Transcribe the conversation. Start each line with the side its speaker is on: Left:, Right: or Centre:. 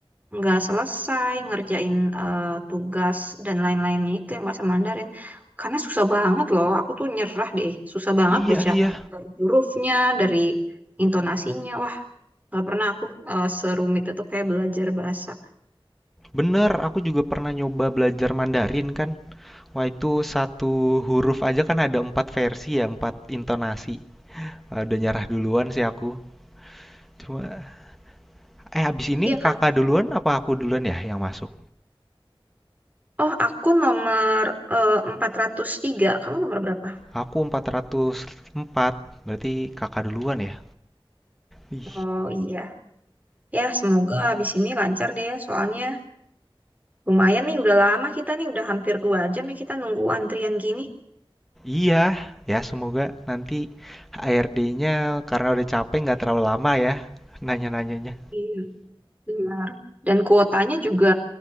Right: nggak selesai ngerjain eh, tugas dan lain-lainnya itu yang bahasa Mandarin. Karena susah banget loh, aku tuh nyerah deh. Susah banget
Centre: iya
Right: baca
Centre: iya,
Right: dari hurufnya, dari intonasinya. Wah, nggak pernah aku eh, serumit itu kayak belajar bahasa.
Centre: bener. Aku juga pernah nyoba belajar Mandarin kan. Wah itu satu huruf aja kan ada empat versi ya, empat intonasi. Wah, udah nyerah duluan sih aku. Cuma, eh habis ini
Right: Iya kan?
Centre: kakak duluan apa aku duluan ya yang masuk?
Right: Oh, aku nomor eh, empat ratus tiga Kamu nomor berapa?
Centre: Aku empat ratus empat. berarti kakak duluan ya. Ih.
Right: Oh iya, ya semoga habis ini lancar deh ya. Soalnya lumayan nih, udah lama kita nih, udah hampir dua jam ya kita nunggu antrian gini.
Centre: Iya, ya semoga nanti HRD-nya karena udah capek nggak terlalu lama ya nanya-nanyanya.
Right: Iya, benar. Dan kuotanya juga,